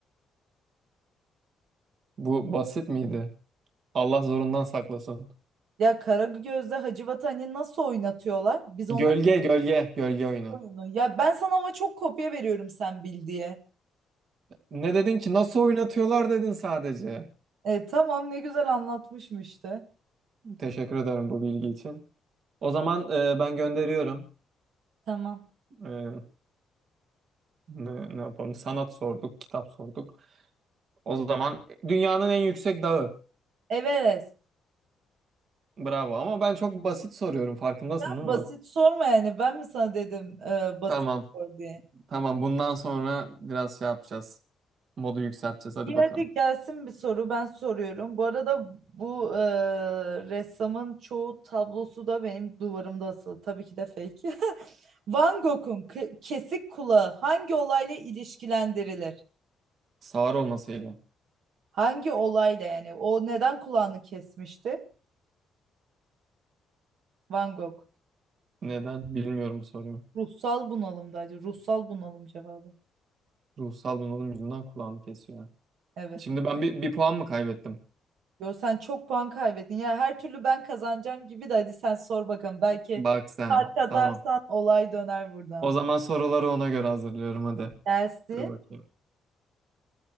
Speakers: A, on the right (about 60°); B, on the right (about 80°).
A: Bu basit miydi? Allah zorundan saklasın.
B: Ya Karagöz'de Hacivat'ı hani nasıl oynatıyorlar? Biz
A: Gölge,
B: onların
A: gölge, gölge oyunu.
B: oyunu. Ya ben sana ama çok kopya veriyorum sen bil diye.
A: Ne dedin ki? Nasıl oynatıyorlar dedin sadece.
B: E, tamam ne güzel anlatmışım işte.
A: Teşekkür ederim bu bilgi için. O zaman e, ben gönderiyorum.
B: Tamam.
A: E, ne, ne yapalım? Sanat sorduk, kitap sorduk. O zaman dünyanın en yüksek dağı.
B: Everest.
A: Bravo ama ben çok basit soruyorum farkındasın
B: Ya
A: değil
B: basit
A: mi?
B: sorma yani. Ben mi sana dedim e, basit
A: Tamam.
B: sor diye.
A: Tamam. Bundan sonra biraz şey yapacağız. Modu yükselteceğiz. Hadi
B: İyi
A: bakalım.
B: hadi gelsin bir soru ben soruyorum. Bu arada bu e, ressamın çoğu tablosu da benim duvarımda asılı. Tabii ki de fake. <laughs> Van Gogh'un ke- kesik kulağı hangi olayla ilişkilendirilir?
A: Sağır olmasıyla.
B: Hangi olayla yani? O neden kulağını kesmişti? Van Gogh.
A: Neden? Bilmiyorum bu soruyu.
B: Ruhsal bunalımdaydı. Ruhsal bunalım cevabı.
A: Ruhsal bunalım yüzünden kulağını kesiyor.
B: Evet.
A: Şimdi ben bir, bir puan mı kaybettim?
B: Yo sen çok puan kaybettin. Ya her türlü ben kazanacağım gibi de hadi sen sor bakalım. Belki
A: Bak sen.
B: fark atarsan
A: Tamam.
B: olay döner buradan.
A: O zaman soruları ona göre hazırlıyorum hadi.
B: Gelsin.
A: Dur bakayım.